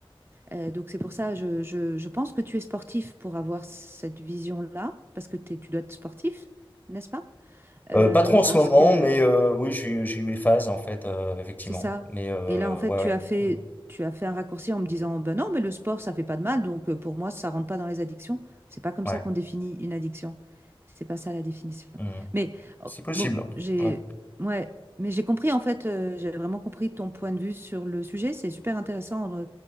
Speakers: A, on the right; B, on the left.
A: Euh, donc c'est pour ça, je, je- je pense que tu es sportif pour avoir cette vision-là, parce que t'es- tu dois être sportif, n'est-ce pas? Euh,
B: Euh, pas trop en
A: parce
B: ce moment,
A: que
B: mais euh, oui, j'ai eu j'ai eu mes phases en fait, euh, effectivement.
A: C'est ça.
B: Mais euh,
A: Et là, en fait,
B: ouais,
A: tu
B: ouais,
A: as fait,
B: Mhm.
A: tu as fait un raccourci en me disant, ben non, mais le sport, ça fait pas de mal, donc euh, pour moi, ça rentre pas dans les addictions. C'est pas comme
B: ouais,
A: ça qu'on définit une addiction. C'est pas ça la définition.
B: Mhm.
A: Mais oh,
B: C'est possible.
A: bon, j'ai,
B: Ouais.
A: ouais, mais j'ai compris en fait, euh, j'ai vraiment compris ton point de vue sur le sujet. C'est super intéressant, euh,